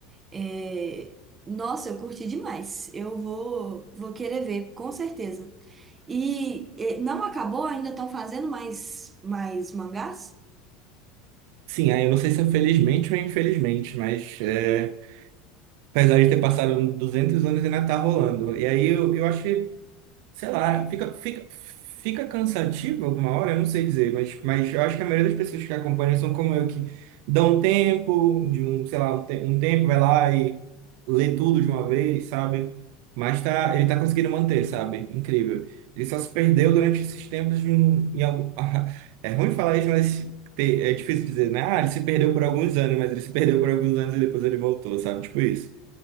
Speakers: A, on the right; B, on the right.
A: É, nossa, eu curti demais. Eu vou, vou querer ver, com certeza. E, é, não acabou? Ainda estão fazendo mais, mais mangás?
B: Sim, aí eu não sei se é felizmente ou infelizmente, mas é, apesar de ter passado 200 anos, ainda tá rolando. E aí eu, eu acho. sei lá, fica, fica, fica cansativo alguma hora, eu não sei dizer, mas, mas eu acho que a maioria das pessoas que acompanham são como eu, que dão um tempo, de um, sei lá, um, te- um tempo, vai lá e lê tudo de uma vez, sabe? Mas tá, ele tá conseguindo manter, sabe? Incrível. Ele só se perdeu durante esses tempos de um, em algum... <laughs> É ruim falar isso, mas te- é difícil dizer, né? Ah, ele se perdeu por alguns anos, mas ele se perdeu por alguns anos e depois ele voltou, sabe? Tipo isso.